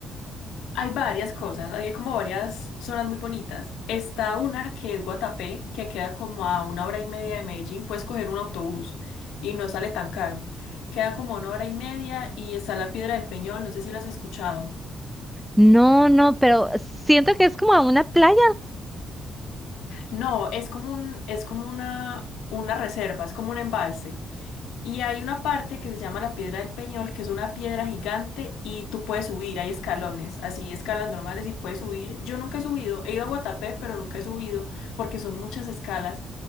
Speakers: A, on the left; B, in the centre.
A: Hay varias cosas, hay como varias zonas muy bonitas. Está una que es Guatapé, que queda como a una hora y media de Medellín, puedes coger un autobús y no sale tan caro. Queda como a una hora y media y está la Piedra del Peñol, no sé si lo has escuchado.
B: No, no, pero siento que es como a una playa,
A: No, es como un, es como una, una reserva, es como un embalse. Y hay una parte que se llama la Piedra del Peñol, que es una piedra gigante y tú puedes subir, hay escalones, así escalas normales y puedes subir. Yo nunca he subido, he ido a Guatapé, pero nunca he subido porque son muchas escalas,